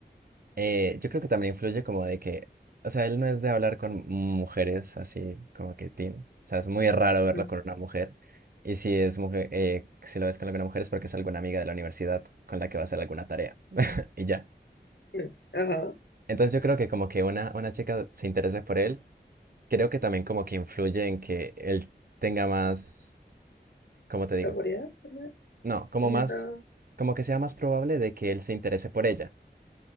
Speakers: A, on the right; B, on the left.
A: Eh, yo creo que también influye como de que, o sea, él no es de hablar con mujeres así como que teen. O sea, es muy raro verlo
B: mm, mm.
A: con una mujer. Y si es mujer, eh, si lo ves con alguna mujer es porque es alguna amiga de la universidad con la que va a hacer alguna tarea. Y ya.
B: Bueno, Ajá,
A: Entonces yo creo que como que una, una chica se interese por él, creo que también como que influye en que él tenga más, ¿cómo te
B: seguridad,
A: digo?
B: tal vez.
A: No, como
B: Se sienta,
A: más, como que sea más probable de que él se interese por ella.